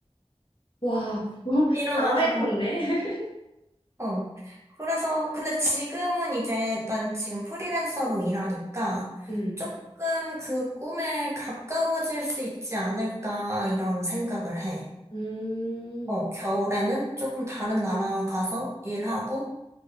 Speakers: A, on the left; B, on the right.
A: 와, <laughs> 너무
B: 일어나라고.
A: 강하게 컸네. <laughs>
B: 어. 그래서, 근데 지금은 이제 난 지금 프리랜서로 일하니까
A: 음,
B: 조금 그 꿈에 가까워질 수 있지 않을까 이런 생각을 해.
A: 음.
B: 어, 겨울에는 조금 다른 나라 가서 일하고,